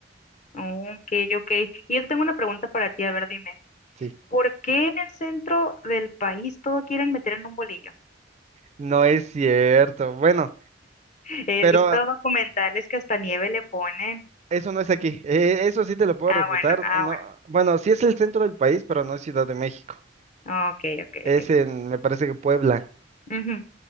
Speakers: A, on the left; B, on the right.
A: Ok, ok. Y yo te tengo una pregunta para ti, a ver, dime.
B: Sí,
A: ¿Por qué en el centro del país todo quieren meter en un bolillo?
B: no es cierto. Bueno,
A: He
B: pero
A: visto documentales que hasta nieve le ponen
B: eso no es aquí. Eh, eso sí te lo puedo
A: Ah,
B: refutar.
A: bueno, ah,
B: No,
A: bueno.
B: bueno, sí es el centro del país, pero no es Ciudad de México.
A: Ok, ok,
B: Es
A: ok.
B: en, me parece que Puebla.
A: Ujú.